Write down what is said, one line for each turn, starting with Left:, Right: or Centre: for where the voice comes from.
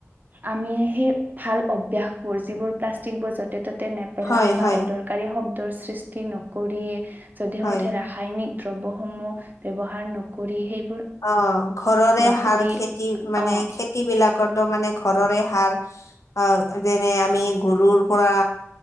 Right: আমি সেই ভাল অভসবোৰ যিবোৰ প্লাষ্টিকবোৰ য'তে ত' নেপেলাই
Left: হয়,
Right: বা
Left: হয়,
Right: অদৰকাৰী শব্দৰ সৃষ্টি নকৰিয়ে যধেমঠে
Left: হয়,
Right: ৰাসায়নিক দ্ৰব্যসমূহ ব্যৱহাৰৰ নকৰি সেই
Left: অ' ঘৰৰে
Right: নকৰি
Left: সাৰ খেতি মানে
Right: অ
Left: খেতি বিলাক মানে ঘৰৰে সাৰ আহ যেনে আমি গৰুৰ পৰা